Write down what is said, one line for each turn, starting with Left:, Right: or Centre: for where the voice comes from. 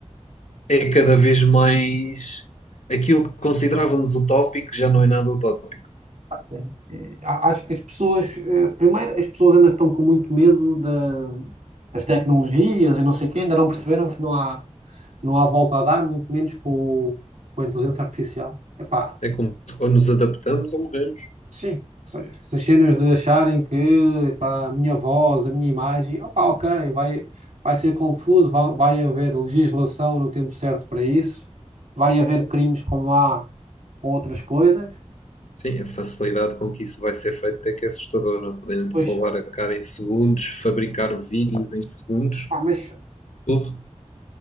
Left: é cada vez mais. Aquilo que considerávamos utópico já não é nada utópico.
Right: Sim. Eh, a- Acho que as pessoas, eh, primeiro, as pessoas ainda estão com muito medo da, das tecnologias e não sei o quê, ainda não perceberam que não há, não há volta a dar, muito menos com, o- com a inteligência artificial. Epá,
Left: É como ou nos adaptamos ou morremos.
Right: Sim, ou seja, essas cenas de acharem que pá, a minha voz, a minha imagem, opá, ok, vai, vai ser confuso, vai, vai haver legislação no tempo certo para isso, vai haver crimes como há com outras coisas.
Left: Sim, a facilidade com que isso vai ser feito é que é assustadora. Podem
Right: Pois,
Left: roubar a cara em segundos, fabricar vídeos em segundos,
Right: pá, mas
Left: tudo.